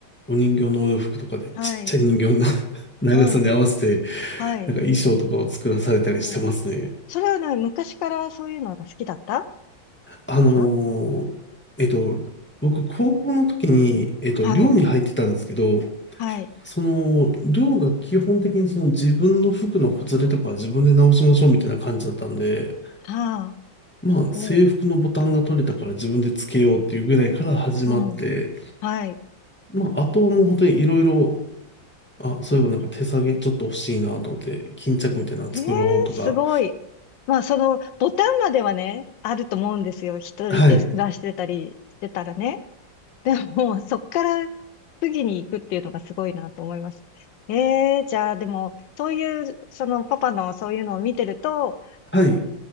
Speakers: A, in the centre; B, on the left (about 75°).
A: う、お人形のお洋服とかでちっちゃい人形の
B: はい。
A: <laughs> 長さに合わせて
B: うん。はい。
A: なんか衣装とかを作らされたりしてますね。
B: うん。それはね、昔からそういうのが好きだった
A: あのーえっと、
B: あ
A: 僕、高校の時に、えっと、
B: はい。
A: 寮に入ってたんですけど、
B: はい。
A: その、寮が基本的にその自分の服のほつれとかは自分で直しましょうみたいな感じだったんで、
B: はあ。
A: まあ、
B: おう。
A: 制服のボタンが取れたから自分でつけようっていうぐらいから始まって、
B: うん。はい。
A: まあ、あとはもう本当にいろいろ、あ、そういえばなんか手提げちょっと欲しいなと思って、巾着みたいなの作ろうとか、
B: ええすごい。まあ、その、ボタンまではね、あると思うんですよ。一人で暮らしてたりしてたらね。
A: はい、
B: でも、そっから次に行くっていうのがすごいなと思います。ええじゃあ、でも、そういう、その、パパのそういうのを見てると、
A: はい、